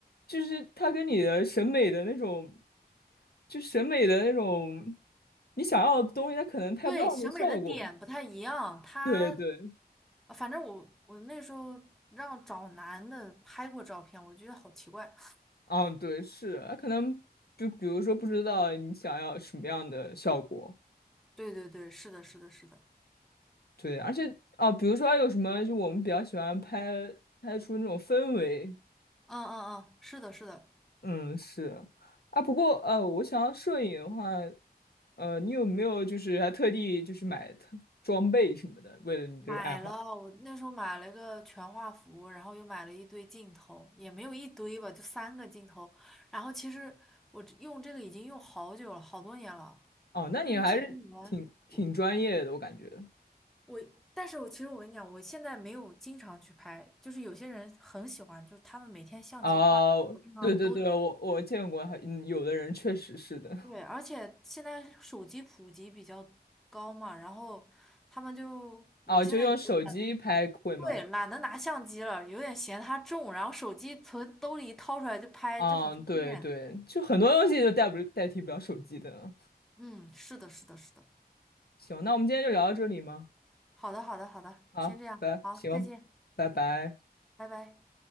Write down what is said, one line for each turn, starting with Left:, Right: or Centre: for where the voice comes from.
Left: 就是他跟你的审美的那种，就审美的那种，你想要的东西，他可能拍不到那效果。
Centre: 对，审美的点不太一样。他
Left: 对对，
Centre: 反正我我那时候让找男的拍过照片，我觉得好奇怪。<laughs>
Left: 嗯，对，是，他可能就比如说不知道你想要什么样的效果，
Centre: 对对对，是的，是的，是的，
Left: 对，而且哦，比如说还有什么，就我们比较喜欢拍拍出那种氛围，
Centre: 嗯嗯嗯，是的，是的。
Left: 嗯，是啊，不过呃，我想要摄影的话，呃，你有没有就是还特地就是买特装备什么的，为了你这个爱好？
Centre: 买了，我那时候买了一个全画幅，然后又买了一堆镜头，也没有一堆吧，就三个镜头。然后其实我这用这个已经用好久了，好多年了，
Left: 哦，那你还是挺挺专业的，
Centre: 六七年。我。
Left: 我感觉。
Centre: 我，但是我其实我跟你讲，我现在没有经常去拍，就是有些人很喜欢，就是他们每天相机挂在脖子上都
Left: 哦，对对对，我我见过还，嗯有的人确实是的。
Centre: 对，而且现在手机普及比较高嘛，然后他们就我现在有点
Left: 哦，就用手机拍会吗？
Centre: 对懒得拿相机了，有点嫌它重，然后手机从兜里一掏出来就拍，
Left: 嗯，
Centre: 就很方便。
Left: 对对，就很多东西都代不代替不了手机的。
Centre: 嗯，是的，是的，是的。
Left: 行，那我们今天就聊到这里吗？
Centre: 好的，好的，好的，
Left: 好，
Centre: 先这样，
Left: 拜，
Centre: 好，
Left: 行，
Centre: 再见，
Left: 拜拜。
Centre: 拜拜。